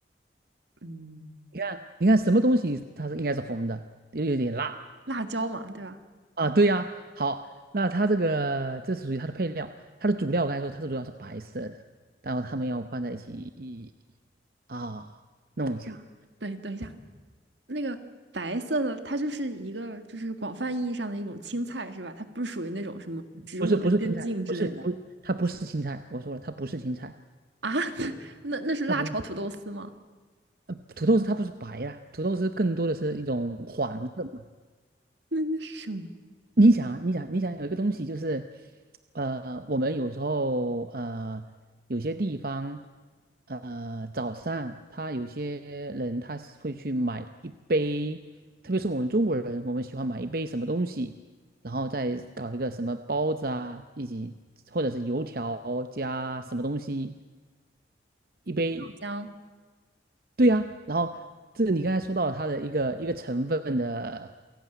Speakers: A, on the right; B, on the right.
A: 嗯，
B: 你看，你看什么东西它是应该是红的，又有点辣
A: 辣椒嘛，对吧？
B: 啊？对呀、好，那它这个这属于它的配料，它的主料我刚才说它是主要是白色的，然后它们要放在一起啊弄一下，
A: 嗯，对，等一下，那个白色的，它就是一个就是广泛意义上的一种青菜，是吧？它不是属于那种什么植物的根茎之类的
B: 不是不是青菜，不是不它不是青菜，我说了它不是青菜，
A: 啊？<laughs> 那那是辣炒土豆丝吗？
B: 它不是。呃，土豆丝它不是白啦，土豆丝更多的是一种黄色嘛。
A: 那那是什么？
B: 你想啊，你想，你想有一个东西就是，呃，我们有时候呃，有些地方，呃，早上他有些人他是会去买一杯，特别是我们中国人，我们喜欢买一杯什么东西，然后再搞一个什么包子啊，以及或者是油条加什么东西，一杯
A: 豆浆，
B: 对呀、然后这个你刚才说到它的一个一个成分的，